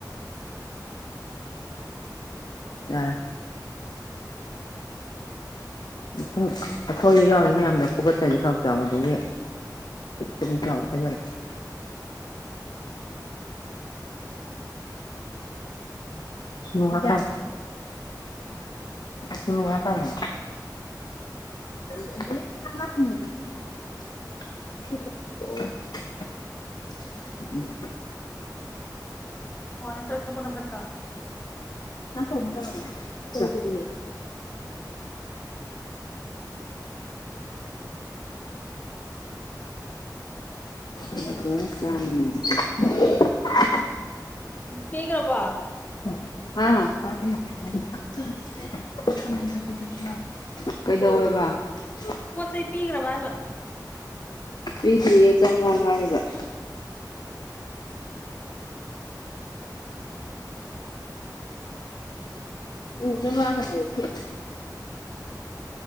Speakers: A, on the left; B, on the left.
A: ꯑ ꯁꯨꯝ ꯑꯩꯈꯣꯏꯕ ꯌꯥꯎꯔ ꯃꯌꯥꯝꯗ ꯄꯨꯀꯠꯆꯁꯦ ꯈꯔ ꯆꯥꯎꯕ ꯑꯗꯒꯤ ꯎꯆ ꯆꯥꯎ ꯈ ꯎꯝ
B: <unintelligible>
A: ꯁꯅꯨꯍ ꯀ ꯁꯅꯨꯍ ꯀꯃ <unintelligible> <unintelligible> ꯎꯝ
B: ꯍꯁꯨ ꯏ ꯊ ꯄꯨꯅ ꯐꯠꯇ꯭ꯔꯥ
A: ꯑ ꯐꯉꯂꯛꯇꯔꯤꯌꯦ ꯐ ꯆ
B: ꯀꯤꯀ꯭ꯔꯄꯥ
A: ꯑ ꯌꯥ ꯀꯩꯗꯧꯋꯦꯕ
B: ꯄꯣꯠ ꯆꯩ ꯄꯤꯈ꯭ꯔꯕ ꯍꯥꯏꯕ
A: ꯄꯤꯗ꯭ꯔꯤꯌꯦ ꯆꯪꯉꯣ ꯍꯥꯏꯕ <inaudible> ꯎꯗ ꯁꯤꯦ